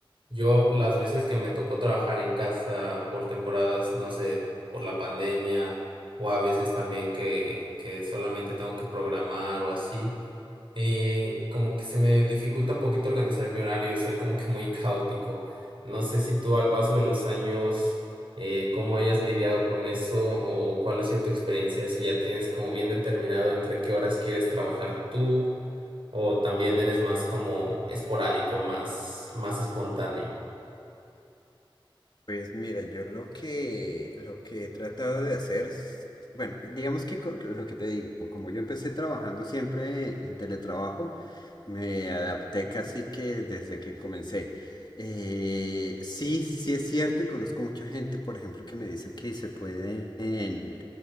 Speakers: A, on the right (about 65°); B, on the left (about 55°).
A: Yo las veces que me tocó trabajar en casa por temporadas, no sé, por la pandemia, o a veces también que, que solamente tengo que programar o así, y como que se me dificulta un poquito organizar mi horario, soy como que muy caótico. No sé si tú al paso de los años, eh, cómo hayas lidiado con eso o cuál ha sido tu experiencia, si ya tienes como bien determinado entre qué horas quieres trabajar tú o también eres más como esporádico, más, más espontáneo.
B: Pues mira, yo lo que, lo que he tratado de hacer, es- bueno, digamos que co- lo que te digo, como yo empecé trabajando siempre en teletrabajo, me adapté casi que desde que comencé. Eh, sí, sí es cierto y conozco mucha gente, por ejemplo, que me dice que se pueden,